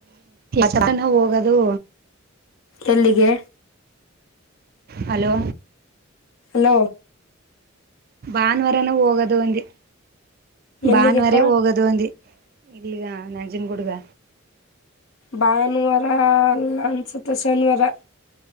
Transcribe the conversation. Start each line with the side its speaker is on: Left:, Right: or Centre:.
Right: ಚಾನ ಹೋಗದು
Left: ಎಲ್ಲಿಗೆ
Right: ಹಲೋ
Left: ನ
Right: ಭಾನುವಾರನು ಹೋಗೋದು ಒಂದು
Left: ಎಲ್ಲಿಗೆಕ್ಕ
Right: ಭಾನುವಾರೇ ಹೋಗೋದು ಒಂದು ಇಲ್ಲಿಗ ನಂಜನ್ಗೂಡುಗ
Left: ಭಾನುವಾರ ಎಲ್ಲ ಅನ್ಸುತ್ತ ಶನಿವಾರ